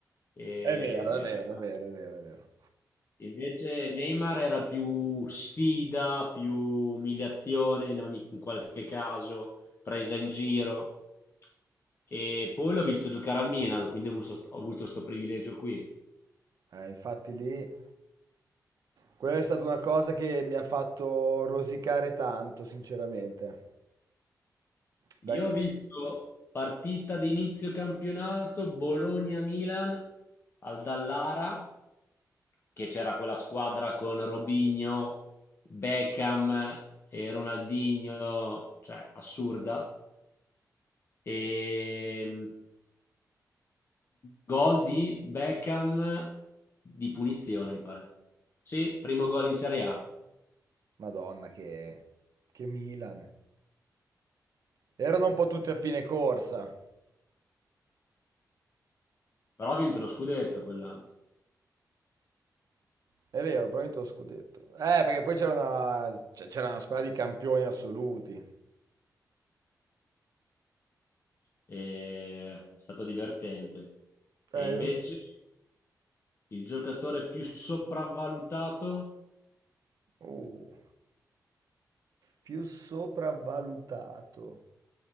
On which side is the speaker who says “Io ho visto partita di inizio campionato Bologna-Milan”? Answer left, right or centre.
Left